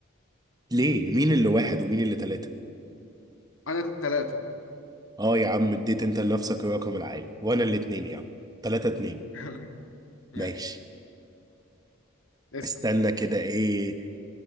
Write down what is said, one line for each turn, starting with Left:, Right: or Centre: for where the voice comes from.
Right: ليه مين اللي واحد ومين اللي ثلاثة
Left: أنا تلاتة
Right: اه يا عم اديت انت لنفسك الرقم العالي وانا الاتنين يا عم ثلاثة اتنين
Left: <laughs> ماشي
Right: ماشي
Left: اسأل
Right: استنى كده ايه